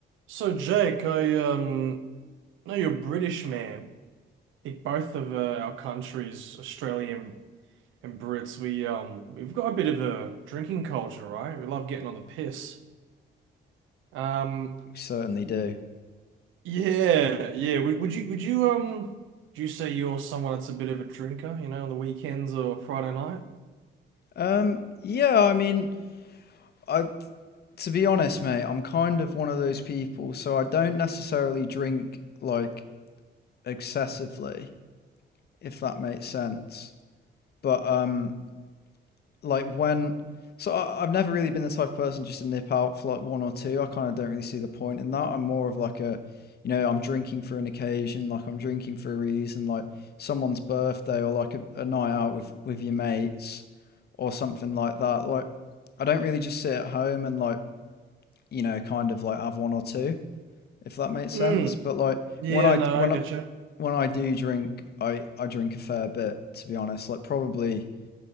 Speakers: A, on the right (about 80°); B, on the left (about 55°).
A: So Jake, I um know you're British man. I think both of uh, our countries, Australia and, and Brits, we um we've got a bit of a drinking culture, right? We love getting on the piss. Um
B: We certainly do.
A: yeah, yeah. Would, would you would you um do you say you're someone that's a bit of a drinker, you know, on the weekends or Friday night?
B: Um, yeah, I mean, I to be honest, mate, I'm kind of one of those people, so I don't necessarily drink like excessively, if that makes sense. But um, like when so I, I've never really been the type of person just to nip out for like one or two. I kind of don't really see the point in that. I'm more of like a, you know, I'm drinking for an occasion, like I'm drinking for a reason, like someone's birthday or like a, a night out with with your mates or something like that. Like I don't really just sit at home and like you know kind of like have one or two if that makes sense.
A: Mm,
B: But like
A: yeah,
B: when I
A: no,
B: when
A: I get
B: I
A: you.
B: when I do drink, I I drink a fair bit to be honest. Like probably